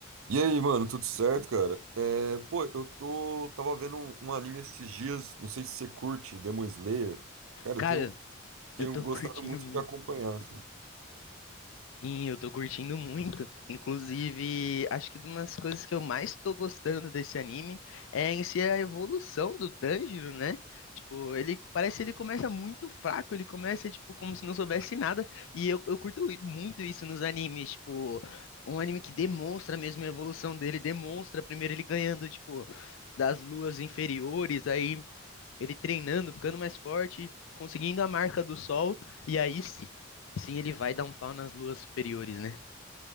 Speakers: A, on the right; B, on the left.
A: E aí, mano, tudo certo, cara? É, pô, eu tô, tava vendo um, um anime esses dias, não sei se você curte, Demon Slayer. Cara,
B: Cara,
A: eu tenho, tenho
B: eu tô
A: gostado
B: <laughs> curtindo
A: muito
B: muito.
A: de acompanhar. assim.
B: Sim, eu tô curtindo muito. Inclusive, acho que uma das coisas que eu mais tô gostando desse anime é em si a evolução do Tanjiro, né? Tipo, ele parece que ele começa muito fraco, ele começa, tipo, como se não soubesse nada. E eu, eu curto i- muito isso nos animes, tipo, um anime que demonstra mesmo a evolução dele, demonstra primeiro ele ganhando, tipo, das luas inferiores, aí ele treinando, ficando mais forte, conseguindo a marca do sol, e aí sim, sim ele vai dar um pau nas luas superiores, né?